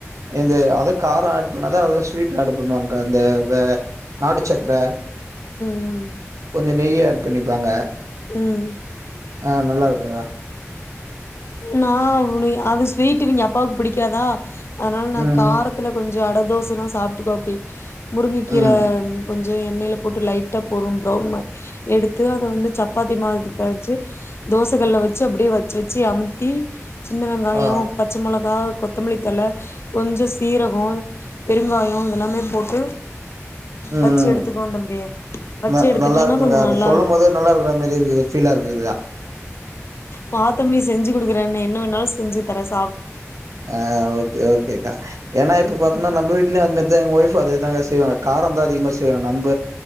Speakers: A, on the right; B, on the left.
A: இந்த அத காரொ ஆட் பண்ணாதான் அத ஸ்வீட் ஆட் பண்ணுவாங்க்கா அந்த வ நாட்டு சக்ர
B: ம்
A: கொஞ்ச நெய்யத் பிண்ணிப்பாங்க
B: ம்
A: அ நல்லாரு <unintelligible>
B: நா உடி அது ஸ்வீட்டிவிங்க அப்பாவுக் புடிக்காதா அத்னால நா
A: ம்
B: காரத்ல கொஞ்சொ அட தோஸ் துனா சாப்ட்டுக்கோ அப்டி முருங்குக்கீர
A: ம்
B: கொஞ் ஜோ எண்ணைல போட்டு லைட்டா பொரும் ப்ரவுன் மாய் எடுத்து அத வந்து சப்பாத்தி மாதுது பெதச்சி தோசகல்ல வச்சு அப்டே வச்சு வச்சு அம் தீ சின்ன வெங்காயோ
A: ஆ
B: பச்ச மொளக் ஹாவ் கொத்தம்லி தல கொஞ்ச சீரகொ பெருங்காயொ இதெல்லாமே போட்டு
A: ம்ம்ம்
B: வச்சு எடுத்துக்குவோ தம்பி வச்சு
A: ந
B: எடுத்துட்டோனா
A: நல்லாருக்குங்கா
B: கொஞ்சோ
A: நீ
B: நல்லா
A: சொல்லும்போதே
B: இருக்கு
A: நல்லாருக்குற மேரி இருக்குது ஃபீலா இருக்துக்கா
B: வா தம்பி செஞ்சு கு குடுக்குற என்ன என்ன வேன்னாலும் செஞ்சு தரன்
A: ஆ ஓக்கே ஓக்கேக்கா ஏன்னா இப்ப பா அனா நம் வீட்லயும் அதுமாரி தா எங்க ஒயிஃப் அதேதாங்க செய்வாங்க காரோ தா அதிகமா செய்வாங்க நம்ப